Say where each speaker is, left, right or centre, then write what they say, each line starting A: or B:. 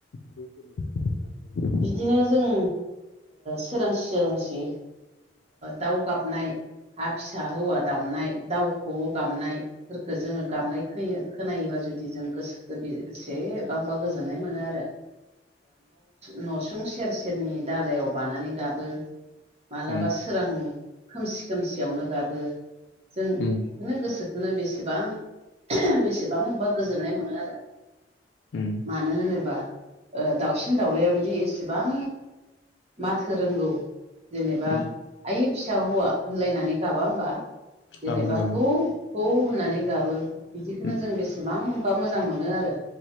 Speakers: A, on the left; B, on the right.
A: बैफोर नुथायखौ नुनानै
B: बिदिनो जों सोरांसि सोरांसि दाउ गाबनाय हा फिसा हौवा दावनाय दाउ खौ गाबनायफोरखौ जोङो गाबनाय होयो। खोनायोबा जुदि जों गोसो बेसेबांबा गोजोननाय मोनो आरो। न'सुं सेर सेरनि दालायाव बानानै गाबो माब्लाबा
A: उम
B: सोरां खोमसि खोमसियावनो गाबो जों
A: उम
B: बेखौनो गोसोखौनो बेसेबां बेसेबां बा गोजोननाय मोनो आरो।
A: उम
B: मानो होनोबा दाउसिन दाउलायाबो बि एसेबां माथो रोंगौ जेनेबा
A: उम
B: आइ फिसा हौवा होनलायनानै गाबा होमबा जेनेबा
A: गाबो गाबो
B: खौ खौ होननानै गाबो। बिदिखौनो
A: उम
B: जों बेसेबांबा मोजां मोनो आरो